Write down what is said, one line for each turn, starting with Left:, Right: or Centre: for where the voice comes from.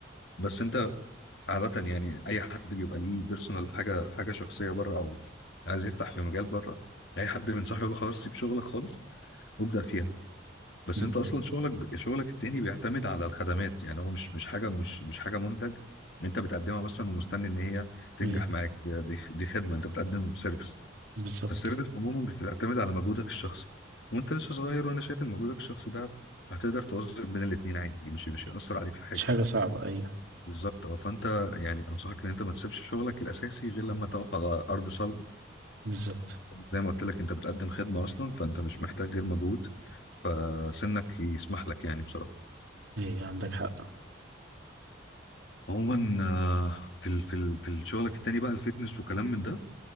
Left: بس انت عادة يعني أي حد بيبقى ليه بيرسونال حاجة حاجة شخصية بره أو عايز يفتح في مجال بره أي حد بينصحه يقول له خلاص سيب شغلك خالص وابدأ فيها بس
Right: مم.
Left: أنت أصلا شغلك شغلك التاني بيعتمد على الخدمات يعني هو مش مش حاجة مش مش حاجة منتج أنت بتقدمها مثلا ومستني إن هي تنجح
Right: ايوه
Left: معاك دي دي خدمة أنت بتقدم سيرفيس
Right: بالظبط
Left: فالسيرفيس عموما بتعتمد على مجهودك الشخصي وأنت لسه صغير وأنا شايف إن مجهودك الشخصي ده هتقدر توظف بين الاتنين عادي مش مش هيأثر عليك في حاجة
Right: مش حاجة صعبة أيوة
Left: بالظبط اه فانت يعني انصحك ان انت ما تسيبش شغلك الاساسي غير لما تقف على ارض صلبه
Right: بالظبط
Left: زي ما قلت لك انت بتقدم خدمه اصلا فانت مش محتاج غير مجهود فسنك يسمح لك يعني بصراحه
Right: أيوة عندك حق
Left: عموما آه، في ال في ال في شغلك التاني بقى الفيتنس وكلام من ده